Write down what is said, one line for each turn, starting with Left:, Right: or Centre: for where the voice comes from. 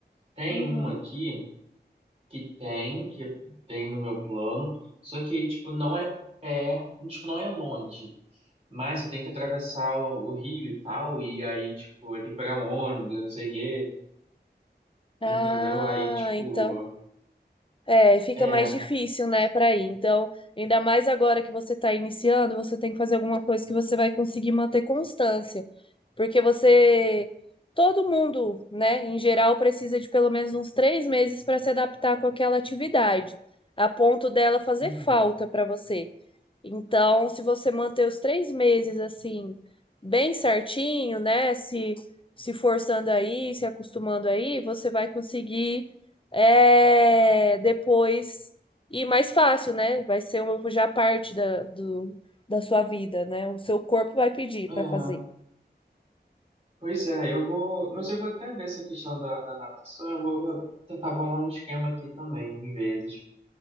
Right: Tem
Left: Uhum.
Right: uma aqui que tem, que tem no meu plano, só que, tipo, não é perto, tipo, não é longe. Mas eu tenho que atravessar o, o rio e tal, e aí, tipo, eu tenho que pegar um ônibus, eu não sei o quê,
Left: Ah,
Right: entendeu? Aí, tipo,
Left: então. É, fica
Right: é.
Left: mais difícil, né, para ir. Então, ainda mais agora que você está iniciando, você tem que fazer alguma coisa que você vai conseguir manter constância. Porque você, todo mundo, né, em geral, precisa de pelo menos uns três meses para se adaptar com aquela atividade, a ponto dela fazer
Right: uhum,
Left: falta para você. Então, se você manter os três meses assim, bem certinho, né, se, se forçando aí, se acostumando aí, você vai conseguir é, depois ir mais fácil, né? Vai ser uma, já parte da, do, da sua vida, né? O seu corpo vai pedir
Right: é.
Left: para fazer.
Right: Pois é, eu vou. Mas eu vou até ver essa questão da, da natação. Eu vou tentar bolar um esquema aqui também, às vezes.